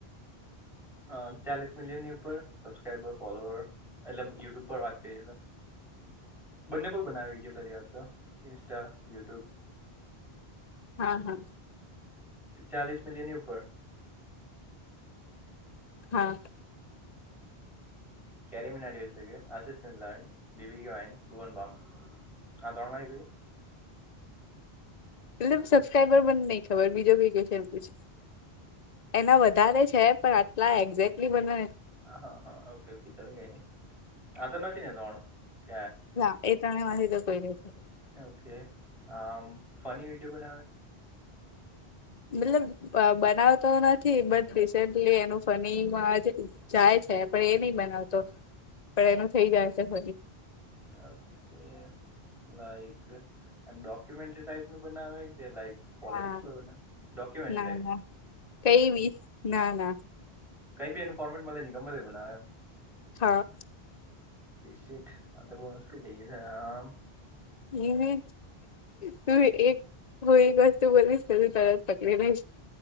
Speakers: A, in the centre; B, on the left.
A: અ ચાલીસ મિલિયન ની ઉપર સબસ્ક્રાઈબર ફોલોવર એટલે યુટ્યુબ પર વાત કરીએ તો
B: <inaudible>
A: બંને પણ બનાવે વિડીયો પહેલી વાત તો ઇન્સ્ટા યુટ્યુબ
B: હા હા
A: ચાલીસ મિલિયનની ઉપર
B: હા
A: કેરીમિના આશિષિલા બીબી વા ભુવન બામ હા તોણ મારી ગઈ
B: એટ સબસ્ક્રાઈબર બને નઈ ખબર બીજો કઈ ક છેમ પછ એના વધારે છે પણ આટલા એક્ઝેક્ટલી બને
A: હ હા હા ઓકે ઓકે ચલી ગઈ નહી આ તો નથી ને તોણું ક
B: ના એ ત્રણે માંથી તો કોઈ નથી
A: લ ઓકે આમ ફની વિડીયો બનાવે
B: મતલબ બનાવતો નથી બટ રિસેન્ટલી એનું ફનીમાં જાય છે પણ એ નહી બનાવતો પણ એનું થઈ જાય છે હ
A: ઓકે લક એમ ડોક્યુમેન્ટ ટાઈપ નું બનાવે લક પોલિટિકસ
B: ના
A: ડોક્યુમેન્ટ
B: ના
A: ટાઈ
B: ના કઈ બી ના ના
A: કઈ બી એનું ફોર્મેટ મળે ન ગમેત બનાવે એમ
B: હા
A: સી હ તો બહુ મુશ્કેલ થઈ છે આમ
B: એ તું એક હું એક વસ્તુ બોલીશ કું તરત પકડીનેઈ